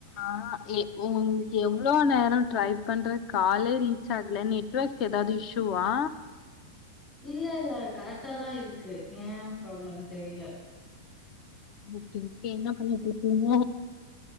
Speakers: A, on the left; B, on the left.
A: ஆ ஏ உங்ளுக்கெவ்ளோ நேரோ ட்ரை பண்றே காலே ரீ ச்சாகல நெட்வர்க் ஏதாவ்து இஷூவா
B: இல்ல இல்ல கரெக்டாதா இருக்கு ஏ ப்ராப்ளன் தெரியல
A: ஓகே ஓகே என்ன பண்ணிட்டு இருக்கீங்க